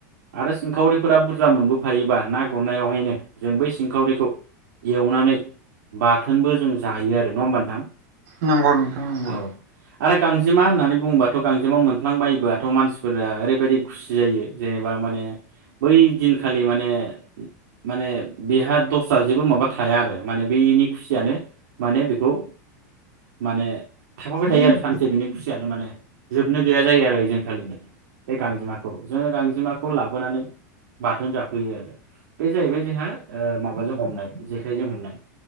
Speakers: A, on the right; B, on the right.
A: आरो सिंखावरिफोरा बुरजा मोनबोफायोबा ना गुरनायावहायनो जों बै सिंखावरिखौ एवनानै बाथोनबो जों जायो आरो नङा होमबा नोंथां
B: नंगौ नोंथां नंगौ
A: औ आरो गांजेमा होननानै बुङोबाथ' गांजेमा मोनफ्लांबायायोबोथ' मानसिफोरा ओरैबायदि खुसि जायो जेनेबा माने बै दिनखालि माने माने बेहा दस्रा जेबो माबा थाया आरो माने बेनि खुसियानो माने बेखौ माने थाफाबाय थायो आरो सानसे बिनि खुसियानो माने जोबनो गैया जायो आरो ओइ जोंखालिनो बे गांजेमाखौ जोङो गांजेमाखौ लाबोनानै बाथोन जाफैयो आरो बे जायैबाय जोंहा माबाजों हमनाय जेखाइजों हमनाय